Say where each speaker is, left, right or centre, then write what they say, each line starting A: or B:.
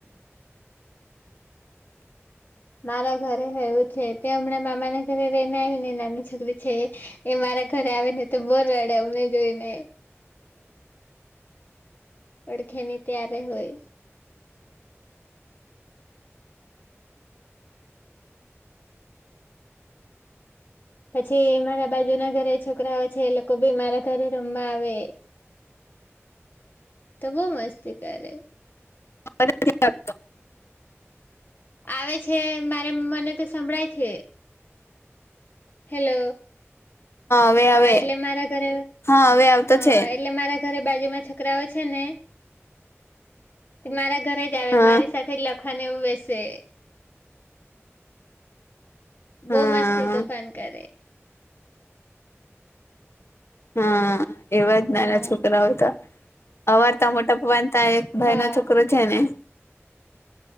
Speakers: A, on the left; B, on the left.
A: મારા ઘરે હોવું છે ત્યાં હમણાં મામા ના ઘરે રઈને આવીને નાની છોકરી છે એ મારા ઘરે આવે ને તો બર રડે અમને જોઈને પડખે ની ત્યારે હોય પછી મારા બાજુ ના ઘરે છોકરાઓય છે એ લોકો બી મારા ઘરે રમમાં આવે તો બહ મસ્તી કર
B: હ <unintelligible>
A: આવે છે મારે મને તો સંભળાય છે હેલો
B: હવે
A: હા
B: આવે
A: એટલે મારા ઘરે
B: હા હવે આવતો
A: હા
B: છે
A: એટલે મારા ઘરે બાજુમાં છકરાઓ છે ને તે મારા ઘરે જ આવે
B: હા
A: મારી સાથે ખને બેસે
B: હા
A: બહુ મસ્તી તો ફાન કરે
B: હા એવા જ
A: હા
B: નાના છોકરા હતા અવારતા મોટા પગવાન ત એક ભાઈ
A: હા
B: નો છોકરો છે ને